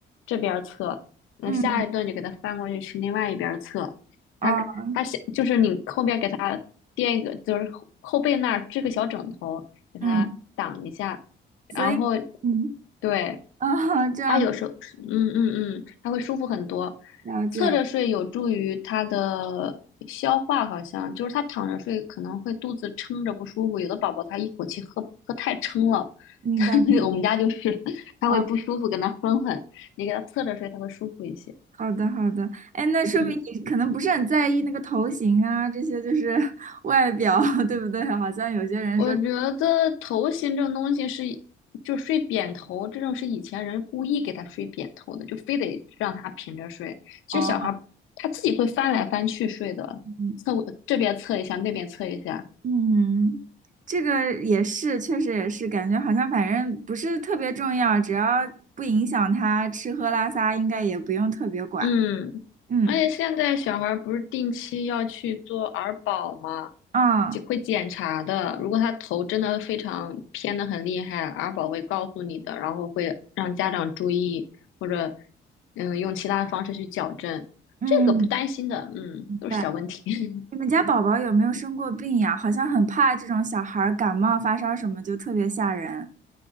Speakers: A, on the left; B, on the right.
A: 这边儿侧，那下一顿就给他翻过去去另外一边儿侧，
B: 嗯哦
A: 他他想就是你后边给他垫一个，就是后后背那儿支个小枕头给他挡一下，
B: 嗯，
A: 然后。
B: 所以嗯
A: 对，
B: 啊，这样
A: 他有时候嗯嗯嗯，他会舒服很多。
B: 了解了，
A: 侧着睡有助于他的消化，好像就是他躺着睡可能会肚子撑着不舒服。有的宝宝他一口气喝喝太撑了，
B: 明白了
A: <laughs> 我们家就是 <laughs> 他会不舒服，
B: 哦，
A: 跟他哼哼。你给他侧着睡，他会舒服一些。
B: 好的好的，哎，那说明你可能不是很在意那个头型啊，
A: 嗯。
B: 这些就是 <laughs> 外表，对不对？好像有些人说
A: 我觉得头型这种东西是，就睡扁头这种是以前人故意给他睡扁头的，就非得让他平着睡。其实小孩儿他自己会翻来翻去睡的，
B: 哦。嗯
A: 侧这边侧一下，那边侧一下，
B: 嗯，这个也是，确实也是，感觉好像反正不是特别重要，只要不影响他吃喝拉撒，应该也不用特别管。
A: 嗯，
B: 嗯，
A: 而且现在小孩儿不是定期要去做儿保吗？
B: 啊，
A: 就会检查的。如果他头真的非常偏的很厉害，儿保会告诉你的，然后会让家长注意，或者嗯用其他方式去矫正。
B: 嗯，
A: 这个不担心的，嗯，都是小问题。
B: 对，你们家宝宝有没有生过病呀？好像很怕这种小孩儿感冒发烧什么，就特别吓人。